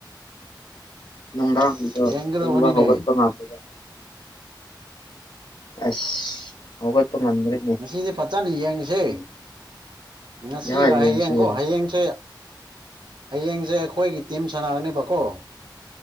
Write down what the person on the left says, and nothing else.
ꯅꯨꯡꯗꯥꯡꯒꯤꯗꯣ
ꯇꯨꯝꯕ
ꯍꯧꯒꯠꯄ ꯉꯝꯗꯕ ꯑꯁ ꯍꯧꯒꯠꯄ ꯉꯝꯗ꯭ꯔꯦꯅꯦ
ꯍꯣꯏ ꯌꯦꯡꯁꯤ
ꯌꯦꯡꯁꯤ